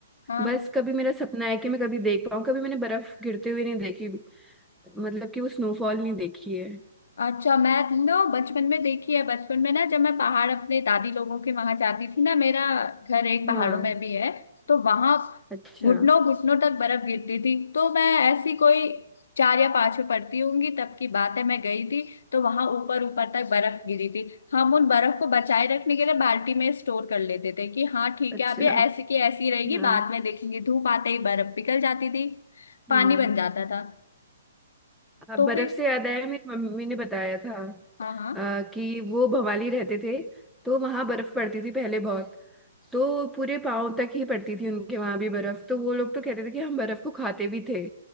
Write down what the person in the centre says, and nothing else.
बस कभी मेरा सपना है कि मैं कभी देख पाऊँ कभी मैंने बर्फ गिरते हुए नहीं देखी मतलब कि वो स्नोफॉल नहीं देखी है
हाँ
अच्छा
अच्छा
हाँ
हम्म
अब
बर्फ
से याद आया मेरी मम्मी ने बताया था
अ, कि वो भवाली रहते थे तो वहां बर्फ पड़ती थी पहले बहुत तो पूरे पाँव तक ही पड़ती थी उनके वहां भी बर्फ तो वो लोग तो कहते थे कि हम बर्फ को खाते भी थे